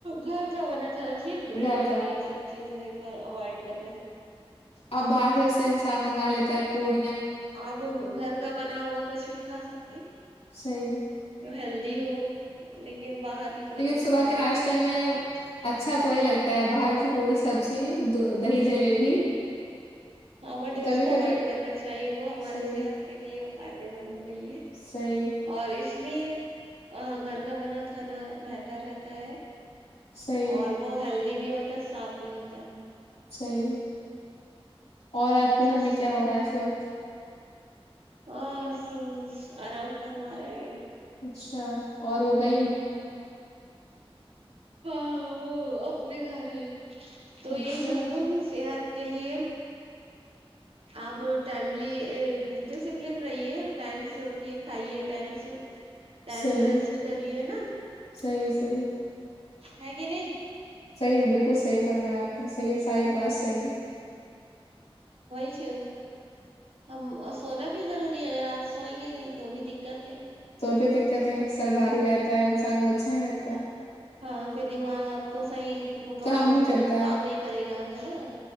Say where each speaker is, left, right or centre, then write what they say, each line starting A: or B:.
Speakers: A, on the right; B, on the left.
A: گھر کا بنا کھانا چی بریڈ
B: گھر
A: اور یہ سب چیزیں اوائڈ کر
B: ا باہر جیسے انسان میں گا لیتا ہے پوڑ
A: آپ گھر کا بنا ہوا کچھ بھی کھا سکتے ہیں
B: صحیح
A: ہیلدی ہو لیکن باہر کی کوئی
B: لیکن
A: چیز
B: صبح
A: نہیں
B: کے ناشتے
A: دینا
B: میں اچھا تو وہی لگتا ہے باہر کی پوری سب سے ج دو دہی جلیبی
A: ہاں بٹ
B: کبھی
A: اس کو
B: کبھی
A: اوائڈ کرنا چاہیے وہ ہماری
B: صحیح
A: صحت کے لیے فائدے مند نہیں ہے
B: صحیح
A: اور اس اس لیے گھر کا بنا کھانا بہتر رہتا ہے
B: صحیح
A: اور وہ ہیل بھی ہوتا ہے صاف بھی ہوتا ہے
B: نہیںین اور آپ کے
A: سس
B: گھر میں کیا ہو رہا ہے اس وقت
A: ہاں آرام ف مارے
B: اچھا اور وہ گئیں
A: ہاں ہاں وہ اپنے گھر ہے تو یہ
B: اچھا
A: چیز ہے کہ صحت دلی آپ ٹائملی ڈسپلین رہیے ٹائم سے اٹھیے کھائیے ٹائم سے ٹائم
B: صحیح
A: سے ریسٹ کریے ہے نا
B: صحیح صحیح
A: ہ کہ نہیں
B: صحیحی بالکل صح فرما آپ تو صحیح ہے سارے
A: ہاں
B: پاس صحی ہے
A: اچھ ہم سونا بھی ضروری ہے اگر آپ سوئیں گے نہیں تو اب دقت ہے
B: وہ بھی دقت ہے سر باری رہتا ہے انسان کو اچھا ہی لگتا ہے
A: ہاں پھر دماغ آپ کو صحیح مکمل
B: کام نہیں
A: طریقے
B: کرتا
A: سے کام نہیں کرے گا ہے نا